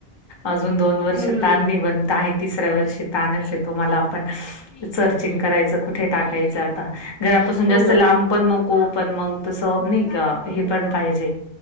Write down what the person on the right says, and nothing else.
हम्म
हो ना.
हो
ना.